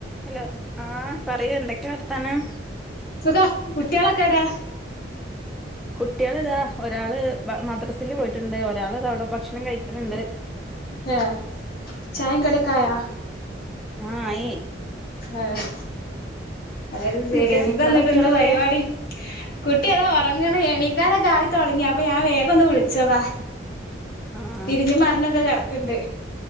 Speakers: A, in the centre; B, on the left.
A: Hello ആഹ് പറയൂ എന്തൊക്കെ വർത്താനം?
B: സുഖം കുട്ട്യാളെക്കേടെ?
A: കുട്ട്യാള്താ ഒരാള് മദ്രാസില് പോയിട്ടുണ്ട് ഒരാള്താ അവ്ടെ ഭക്ഷണം കഴിക്ക്ണ് ണ്ട്.
B: ഏഹ് ചായിം കടിയൊക്കായോ?
A: ആഹ് ആയേ
B: ആഹ് അഹ്
A: എന്നിട്ട്
B: സെരി എന്താന്നിട്ട്ന്ന്
A: നിങ്ങളെ കുട്ടികളൊക്കെ
B: പരിപാടി? കുട്ടി അതാ ഒറങ്ണ് എണീക്കാനൊക്കെ ആയി തൊടങ്ങി അപ്പൊ ഞാന് വേഗൊന്ന് വിളിച്ചതാ.
A: ആഹ്
B: തിരിഞ്ഞും മറഞ്ഞൊക്കെ കെടക്ക്ണ്ട്.